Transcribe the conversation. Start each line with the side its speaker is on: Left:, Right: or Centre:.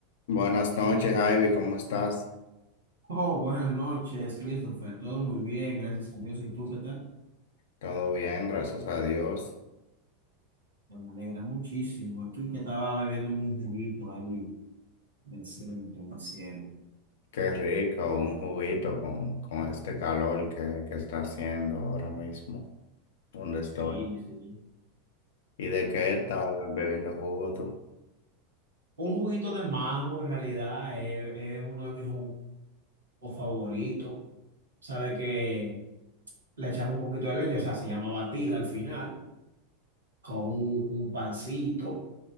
Left: Buenas noches, Ivy, ¿cómo estás?
Right: Oh, buenas noches, Christopher. Todo muy bien, gracias a Dios. ¿Y tú qué tal?
Left: Todo bien, gracias a Dios.
Right: Bueno, Me alegra muchísimo. Aquí que estaba bebiéndome un juguito ahí decente, me hicieron.
Left: Qué rico, un juguito con, con este calor que, que está haciendo ahora mismo, donde
Right: Sí,
Left: estoy.
Right: sí.
Left: ¿Y de qué estás bebiendo jugo tú?
Right: Un juguito de mango, en realidad, es, es uno de mis jugos favoritos. Sabe que le echamos un poquito de leche, o sea, se llama batida al final, con un, un pancito,